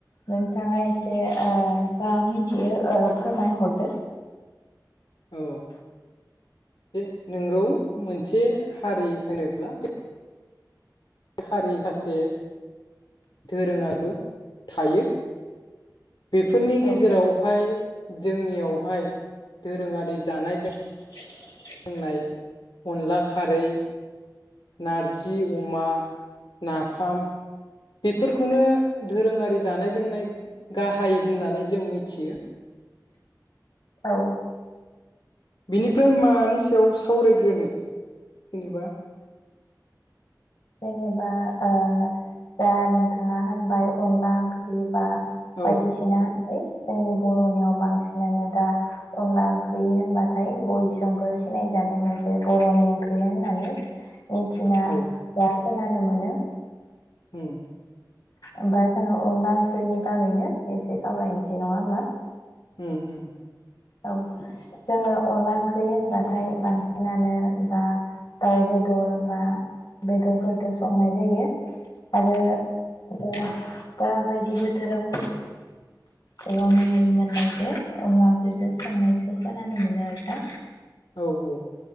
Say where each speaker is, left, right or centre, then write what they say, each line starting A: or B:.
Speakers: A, on the left; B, on the left.
A: नोंथाङा एसे आ जा मिथियो ओ फोरमायहरदो।
B: औ जे नोंगौ मोनसे हारि होनोब्ला बे हारि खासे दोरोङाबो थायो। बेफोरनि गेजेरावहाय
A: औ
B: जोंनियाव हाय दोरोङारि जानाय लों
A: <inaudible>
B: लोंनाय अनला खारै नारजि अमा नाफाम बेफोरखौनो दोरोङारि जानाय लोंनाय गाहाय होननानै जों मिथियो।
A: औ
B: बिनिफ्राय मानि सायाव सावरायग्रोनो जेनेबा
A: जेनेबा ओ जा नोंथाङा होनबाय अनला ओंख्रि बा
B: औ
A: बायदिसिना बै जों बर'नियाव बांसिनानो दा अनला ओंख्रि होनबाथाय बयजोंबो सिनायजानाय मोनसे बर'नि ओंख्रि होननानै मिथिना
B: औ
A: खोनानो मोनो।
B: उम
A: ओमबा जोङो अनला ओंख्रिनि बागैनो एसे सावरायनोसै नङा होमबा?
B: उम उम
A: औ जोङो अनला ओंख्रि होनबाथाय बांसिनानो बा दाउ बेदर बा बेदरफोरजों संनाय जायो। आरो ओ दा बायदि बोथोराव <unintelligible> मोनलायदो अनला ओंख्रिदो संनायखौ खोनानो मोनो आरो ना।
B: औ औ